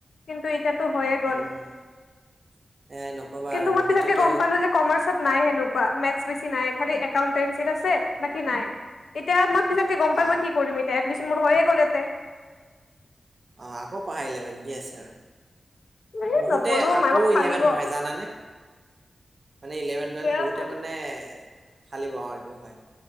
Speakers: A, on the left (about 75°); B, on the right (about 45°).
A: কিন্তু এতিয়া তো হৈয়ে গ'ল
B: উম এ নকবা
A: কিন্তু,
B: আৰু
A: মই
B: বহুতেতো
A: পিছতকে গম পালোঁ যে কামাৰ্চ নাই হেনো কয়া, মেটচ বেছি নাই। খালী একাউণ্টেঞ্চিত আছে, বাকী নাই। এতিয়া মই পিছতকে গম পাই
B: অ
A: মই কি কৰিম এতিয়া? এডমিশ্যন মোৰ হৈয়ে গ'ল এতে।
B: অ, আকৌ পঢ়া ইলেভেন কি আছে আৰু?
A: এই
B: বহুতে
A: নপঢ়ো
B: আকৌ
A: মাই মোক ফালিব
B: ইলেভেন পঢ়ে জানানে? মানে ইলেভেন টুৱেলভ
A: বেয়া
B: বহুতে
A: ফালিব
B: মানে ফালিব অ, এইটো হয়।